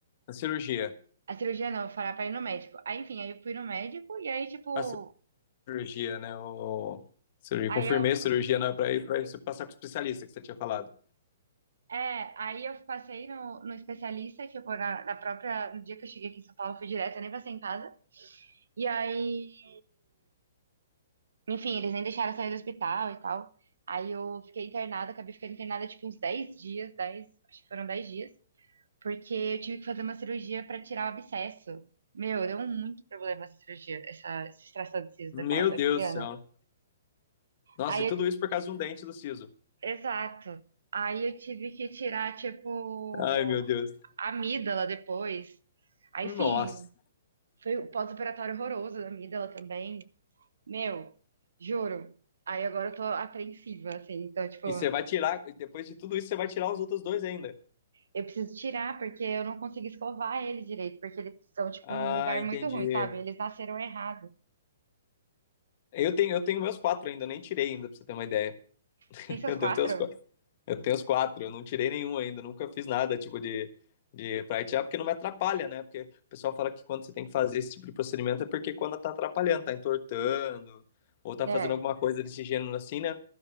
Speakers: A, on the left; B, on the right.
A: a cirurgia.
B: A cirurgia não, eu falar pra ir no médico. Aí, enfim, aí eu fui no médico, e aí, tipo.
A: A cirurgia, né? O... Cirurgia.
B: Aí
A: Confirmei
B: eu,
A: a cirurgia né, para ir para você passar com o especialista que você tinha falado.
B: É, aí eu passei no, no especialista, que eu vou na, na própria. No dia que eu cheguei aqui em São Paulo, eu fui direto, eu nem passei em casa. E aí. Enfim, eles nem deixaram eu sair do hospital e tal. Aí eu fiquei internada, acabei ficando internada tipo uns 10 dias, 10, acho que foram 10 dias, porque eu tive que fazer uma cirurgia pra tirar o abscesso. Meu, deu muito problema essa cirurgia, essa, essa extração de siso
A: Meu
B: daquela, daquele
A: Deus
B: ano.
A: do céu. Nossa,
B: Aí
A: e tudo
B: eu,
A: isso por causa de um dente do siso.
B: exato. Aí eu tive que tirar, tipo.
A: Ai, meu Deus.
B: amígdala depois. Aí,
A: Nossa.
B: enfim, foi o pós-operatório horroroso da amígdala também. Meu, juro. Aí agora eu tô apreensiva, assim. Então, tipo,
A: E você vai tirar, e depois de tudo isso, você vai tirar os outros dois ainda.
B: eu preciso tirar porque eu não consigo escovar ele direito, porque eles estão, tipo,
A: Ah,
B: num lugar
A: entendi.
B: muito ruim, sabe? Eles nasceram errado.
A: Eu tenho, eu tenho meus quatro ainda, eu nem tirei ainda, pra você ter uma ideia. <laughs>
B: Você tem seus
A: Eu
B: quatro?
A: devo ter os quatro. Eu tenho os quatro, eu não tirei nenhum ainda, nunca fiz nada tipo de, de pra itiar, porque não me atrapalha, né? Porque o pessoal fala que quando você tem que fazer esse tipo de procedimento é porque quando tá atrapalhando, tá entortando, ou tá
B: É.
A: fazendo alguma coisa desse gênero assim, né?